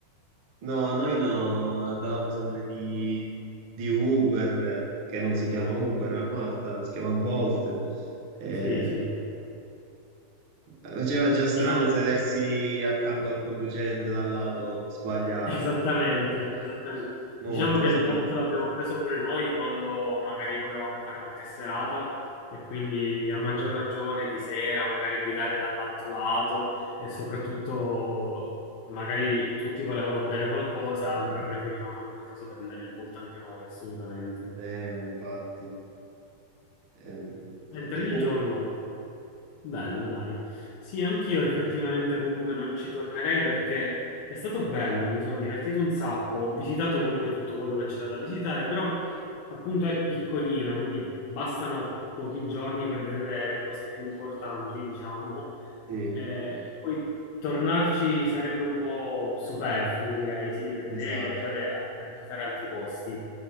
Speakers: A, on the right; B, on the left.
A: No, noi no, andavamo sempre di, di Uber, eh, che non si chiama Uber a Malta, si chiama Bolt. Eh,
B: Sì, sì.
A: faceva già strano
B: Diciamo
A: sedersi accanto al conducente dal lato sbagliato,
B: Esattamente,
A: tra virgolette.
B: esattamente.
A: Molto
B: Diciamo che
A: strano,
B: il bot l'abbiamo preso pure noi quando magari potevamo fare qualche serata e quindi a maggior ragione di sera magari guidare dall'altro lato e soprattutto magari tutti volevano bere qualcosa, allora preferivamo in quel caso prendere il bot anche noi, assolutamente.
A: Eh, infatti. Ehm,
B: Mentre
A: e tu?
B: di giorno, bello, dai. Sì, anch'io effettivamente comunque non ci tornerei perché è stato bello, mi sono divertito un sacco, ho visitato comunque tutto quello che c'era da visitare, però appunto è piccolina, quindi bastano pochi giorni per vedere le cose più importanti, diciamo.
A: Sì,
B: Eh, poi tornarci sarebbe un po' superfluo, direi, sì, preferirei
A: esatto.
B: viaggiare a a visitare altri posti,